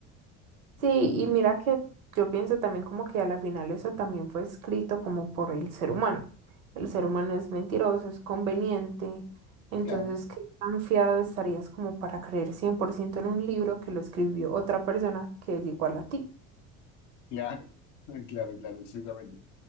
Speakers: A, on the right; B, on the left.
A: Sí,
B: Claro,
A: y mira que yo pienso también como que a la final eso también fue escrito como por el ser humano. El ser humano es mentiroso, es conveniente. Entonces,
B: claro,
A: ¿qué tan fiado estarías como para creer 100% en un libro que lo escribió otra persona que es igual a ti?
B: <laughs> claro, claro, exactamente.